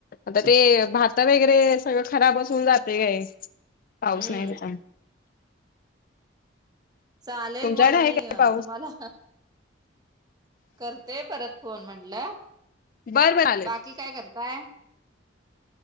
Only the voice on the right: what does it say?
हम्म
चालेल
मग
मी
तुम्हाला करते परत फोन म्हटलं
बाकी काय